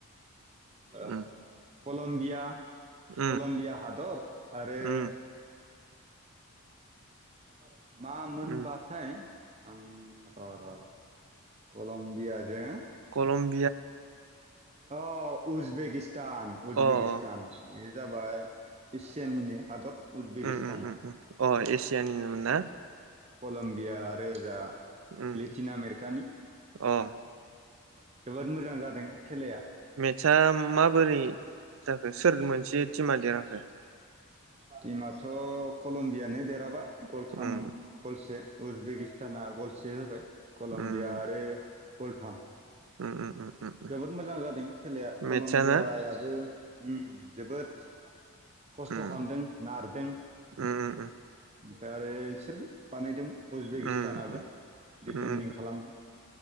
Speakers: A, on the right; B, on the right.
A: अ
B: उम
A: कलम्बीया
B: उम
A: कलम्बिया हादर आरो
B: उम
A: <inaudible> मा मोनबाथाय
B: उम
A: आं र र र कलम्बियाजों
B: कलम
A: अ उजबेकि स्तान उजबेकिस्तान
B: अ अ
A: बेयो जाबाय एसियानिनो हादर। उजबेकिस्ताना
B: उम उम उम उम अ ए सियानिनोमोन ना?
A: कलम्बिया आरो ओजा
B: उम
A: लेथिन आमेरिकानि
B: अ
A: जोबोद मोजां जादों खेलाया।
B: मेटसा माबोरै जाखो सोर मोनसे टिमा देरहाखो?
A: टिमाथ' कलम्बियानो देरहाबाय। गलथाम
B: उम
A: गलसे। उजबेकिस्ताना गलसे होबाय। कलम्बिया
B: उम
A: आरो गलथाम।
B: उम उम उम उम
A: जोबोद मोजां जादों खेलाया। <unintelligible>
B: मेटसआ
A: ब्यायाबो
B: ना
A: उम जोबोद खस्थ'
B: उम
A: खालामदों नारदों।
B: उम
A: ओमफ्राय आरो इसोरबो बानायदोंमोन। उजबेकिस्तानाबो
B: उम
A: दिफेन्दिं
B: उम
A: खालामदों